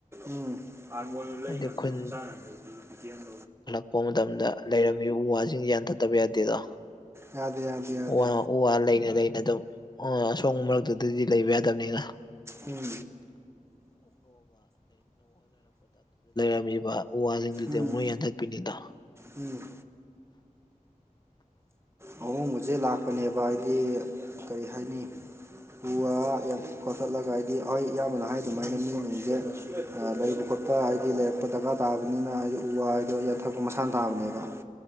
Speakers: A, on the right; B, on the left.
A: ꯎꯝ ꯍꯥꯔꯃꯣꯅꯤꯌꯝ ꯂꯩ
B: ꯍꯥꯏꯗꯤ
A: ꯉꯝꯗꯦ
B: ꯈꯨꯟ
A: ꯆꯥꯅꯕꯩꯗꯤ ꯆꯦꯡ
B: ꯍꯣꯡꯕ ꯃꯇꯝꯗ ꯂꯩꯔꯝꯃꯤꯕ ꯎ ꯋꯥꯁꯤꯡꯁꯤ ꯌꯥꯟꯊꯠꯇꯕ ꯌꯥꯗꯦꯗꯣ
A: ꯌꯥꯗꯦ ꯌꯥꯗꯦ ꯌꯥꯗꯦ
B: ꯎ ꯋꯥ ꯎ ꯋꯥ ꯂꯩꯅ ꯂꯩꯅ ꯑꯗꯨꯝ ꯑꯥ ꯑꯁꯣꯡꯕ ꯃꯔꯛꯇꯨꯗꯗꯤ ꯂꯩꯕ ꯌꯥꯗꯝꯅꯤꯅ
A: ꯎꯝ
B: ꯇꯝꯕꯤꯕ ꯎ ꯋꯥꯁꯤꯡꯗꯨꯗꯤ
A: ꯎꯝ
B: ꯑꯃꯨꯛ ꯂꯣꯏ ꯌꯥꯟꯊꯠꯄꯤꯅꯤꯗꯣ
A: ꯎꯝ ꯑꯍꯣꯡꯕꯁꯦ ꯂꯥꯛꯄꯅꯦꯕ ꯍꯥꯏꯗꯤ ꯀꯔꯤ ꯍꯥꯏꯅꯤ ꯎ ꯋꯥ ꯌꯥꯟꯊ ꯈꯣꯊꯠꯂꯒ ꯍꯥꯏꯗꯤ ꯍꯣꯏ ꯏꯌꯥꯝꯕꯅ ꯍꯥꯏ ꯑꯗꯨꯃꯥꯏꯅ <inaudible> ꯂꯩꯕ ꯈꯣꯠꯄ ꯍꯥꯏꯗꯤ ꯂꯩꯔꯛꯄ ꯗꯔꯀꯥꯔ ꯇꯥꯕꯅꯤꯅ ꯍꯥꯏꯗꯤ ꯎ ꯋꯥ ꯍꯥꯏꯗ ꯌꯥꯟꯊꯛꯄ ꯃꯁꯥꯟꯅ ꯇꯥꯕꯅꯦꯕ